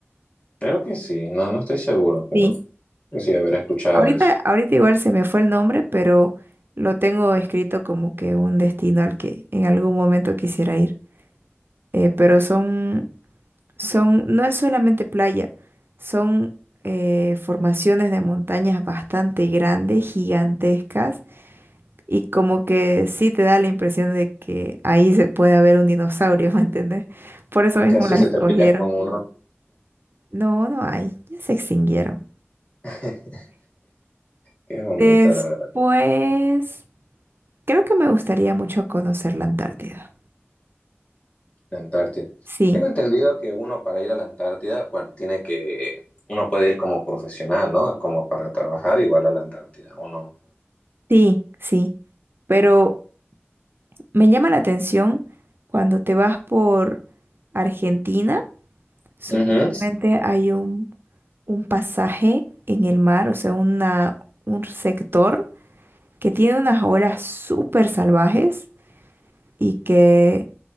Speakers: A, on the left; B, on the right.
A: Creo que sí, no, no estoy seguro, pero
B: Sí,
A: sí haber escuchado
B: ahorita,
A: de eso.
B: ahorita igual se me fue el nombre, pero lo tengo escrito como que un destino al que en algún momento quisiera ir. Eh, pero son Son, no es solamente playa, son eh, formaciones de montañas bastante grandes, gigantescas, y como que sí te da la impresión de que ahí se puede haber un dinosaurio, <laughs> ¿me entiendes? Por eso mismo
A: Casi
B: las
A: si
B: escogieron.
A: te pillas con uno.
B: No, no hay, ya se extinguieron.
A: <laughs> Qué bonita
B: Después,
A: la,
B: creo que me gustaría mucho conocer la Antártida.
A: la Antártida.
B: Sí,
A: Tengo entendido que uno para ir a la Antártida, bueno, tiene que, uno puede ir como profesional, ¿no? Como para trabajar igual a la Antártida, ¿o no?
B: sí, sí. Pero me llama la atención cuando te vas por Argentina Supuestamente
A: Ujú.
B: hay un, un pasaje en el mar, o sea, una, un sector que tiene unas olas súper salvajes y que,